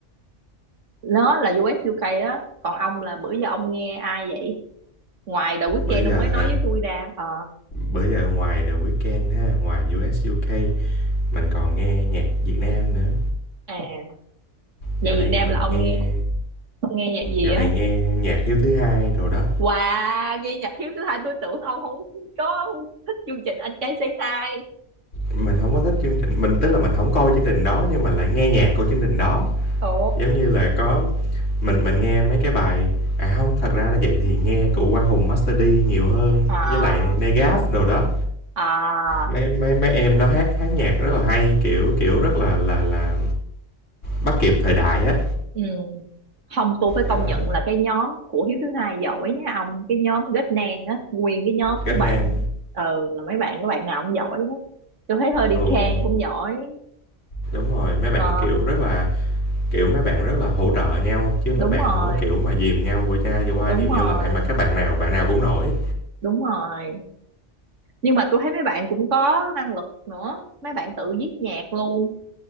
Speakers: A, on the right; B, on the left.
A: nó là US UK đó còn ông là bữa giờ ông nghe ai vậy ngoài The Weeknd
B: Bữa giờ
A: ông mới nói
B: hả?
A: với tôi ra ờ
B: bây giờ ngoài The Weeknd ha, ngoài US, UK, mình còn nghe nhạc Việt Nam nữa.
A: À, nhạc
B: Dạo
A: Việt
B: này
A: Nam
B: mình
A: là ông
B: nghe
A: nghe ông nghe nhạc gì
B: dạo
A: á?
B: này nghe nhạc Hiếu thứ hai rồi đó,
A: Wow, nghe nhạc Hiếu thứ hai tôi tưởng ông không có thích chương trình Anh Trai Say Hi.
B: mình không có thích chương trình mình tức là mình không coi chương trình đó nhưng mà lại nghe nhạc của chương trình đó.
A: Ồ,
B: Giống như là có mình mình nghe mấy cái bài à không thật ra là vậy thì nghe của Quang Hùng, Master D nhiều hơn,
A: à,
B: với lại Negaf đồ đó.
A: à,
B: Mấy mấy mấy em đó hát hát nhạc rất là hay, kiểu, kiểu,
A: ừ,
B: rất là là là bắt kịp thời đại á.
A: ừ. Không, tôi phải
B: Đó,
A: công nhận là cái nhóm của Hiếu thứ hai giỏi nha ông, cái nhóm Ghét Nang á, nguyên cái nhóm
B: Ghét
A: của bạn,
B: Nam
A: ừ, là mấy bạn, các bạn nào cũng giỏi hết. Tôi thấy Hurricane
B: ừ,
A: cũng giỏi,
B: đúng rồi, mấy bạn,
A: ờ,
B: kiểu, rất là Kiểu, mấy bạn rất là hỗ trợ nhau, chứ mấy
A: đúng
B: bạn
A: rồi,
B: không có, kiểu, mà dìm nhau qua chai vừa qua
A: đúng
B: dìm
A: rồi,
B: nhau lại, mà các bạn nào bạn nào cũng nổi,
A: đúng rồi. nhưng mà tôi thấy mấy bạn cũng có năng lực nữa mấy bạn tự viết nhạc luôn